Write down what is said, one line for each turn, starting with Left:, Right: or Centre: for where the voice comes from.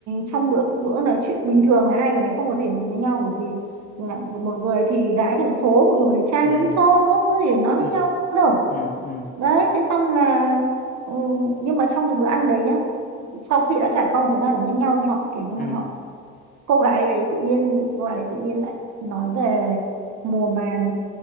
Right: trong bữa bữa nói chuyện bình thường là hai người này không có gì nói với nhau bởi vì là một người thì gái thành phố một người trai
Left: ừ.
Right: nông thôn nó không có gì để nói với
Left: ừ
Right: nhau đâu
Left: ừ ừ
Right: đấy thế xong là ừ, nhưng mà trong cái bữa ăn đấy nhá sau khi đã trải qua một thời gian ở bên nhau thì họ kiểu như
Left: ừ
Right: là họ cô gái ấy tự nhiên cô gái ấy tự nhiên lại nói về mùa màng